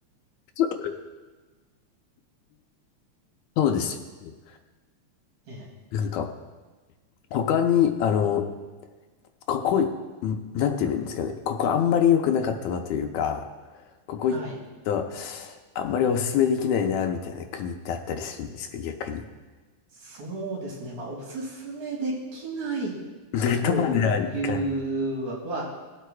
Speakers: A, on the left (about 75°); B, on the right (about 70°).
A: そそうですよね。
B: ええ、
A: なんか、他に、あの、ここ、んなんて言えばいいんですかね。ここあんまり良くなかったなというか、ここ行くと、
B: はい。
A: あんまりおすすめできないな、みたいな国ってあったりするんですか、逆に。
B: そうですね。まあ、おすすめできない
A: <laughs> で、
B: というは、
A: とまではいかない。